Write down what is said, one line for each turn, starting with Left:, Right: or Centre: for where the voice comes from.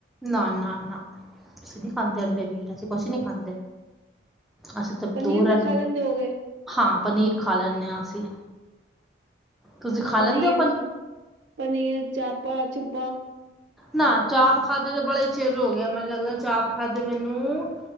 Centre: ਨਾ, ਨਾ, ਨਾ, ਅਸੀ ਨੀ ਖਾਂਦੇ ਅੰਡੇ ਮੀਟ, ਅਸੀ ਕੋਛ ਨੀ ਖਾਂਦੇ। ਅਸੀ‌ ਤੇ
Right: ਪਨੀਰ
Centre: ਦੂਰ
Right: ਤਾਂ
Centre: <inaudible>
Right: ਖਾ ਲੈਂਦੇ ਹੋਗੇ
Centre: ਹਾਂ। ਪਨੀਰ ਖਾ ਲੈਂਨੇ ਆਂ ਅਸੀਂ ਤੁਸੀ ਖਾ
Right: ਪਨੀਰ
Centre: ਲੈਂਦੇ ਓ।
Right: ਪਨੀਰ, ਚਾਪਾ, ਚੁ <inaudible>
Centre: ਨਾ ਚਾਪ ਖਾਧੇ ਤੇ ਬੜਾ ਈ ਚੇਰ <inaudible> ਗਿਆ ਮੈਨ ਲੱਗਦਾ ਚਾਪ ਖਾ ਤੇ ਮੈਨੂੰ-